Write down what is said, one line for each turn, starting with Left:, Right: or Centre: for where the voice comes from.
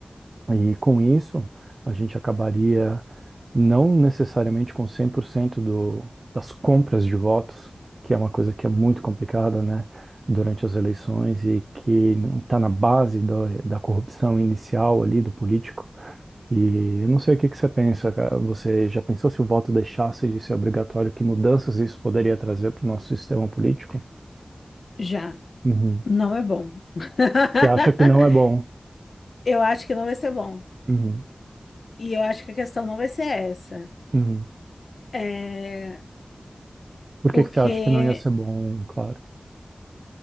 Right: E com isso, a gente acabaria não necessariamente com 100% do, das compras de votos, que é uma coisa que é muito complicada, né, durante as eleições e que está na base da, da corrupção inicial ali do político. E eu não sei o que que você pensa, cara. Você já pensou se o voto deixasse de ser obrigatório, que mudanças isso poderia trazer para o nosso sistema político?
Left: Já.
Right: Uhum.
Left: Não é bom. <laughs>
Right: E acha que não é bom.
Left: Eu acho que não vai ser bom.
Right: Uhum.
Left: E eu acho que a questão não vai ser essa.
Right: Uhum.
Left: É
Right: Por
Left: porque,
Right: que que você acha que não ia ser bom, claro?